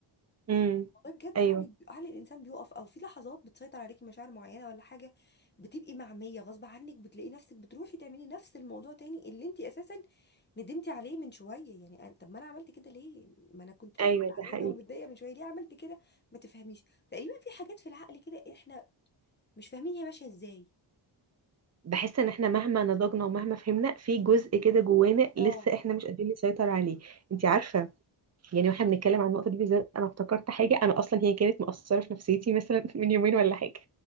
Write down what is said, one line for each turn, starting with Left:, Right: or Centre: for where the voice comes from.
Right: امم
Left: والله بجد
Right: ايوه
Left: عقل عقل الانسان بيقف او في لحظات بتسيطر عليكي مشاعر معينه ولا حاجه بتبقي معميه غصب عنك بتلاقي نفسك بتروحي تعملي نفس الموضوع تاني اللي انت اساسا ندمتي عليه من شويه يعني أنا- طب ما انا عملت كده ليه ما انا كنت
Right: ايوه
Left: لسه زعلانه
Right: ده حقيقي
Left: ومتضايقه من شويه ليه عملت كده ما تفهميش تقريبا في حاجات في العقل كده احنا مش فاهمين هي ماشيه ازاي
Right: بحس ان احنا مهما نضجنا ومهما فهمنا في جزء كده جوانا لسه
Left: اه
Right: احنا مش قادرين نسيطر عليه
Left: بجد
Right: انت عارفه يعني واحنا بنتكلم عن النقطه دي بالذات انا افتكرت حاجه انا اصلا هي كانت مأثره في نفسيتي مثلا <laughs> من يومين ولا حاجه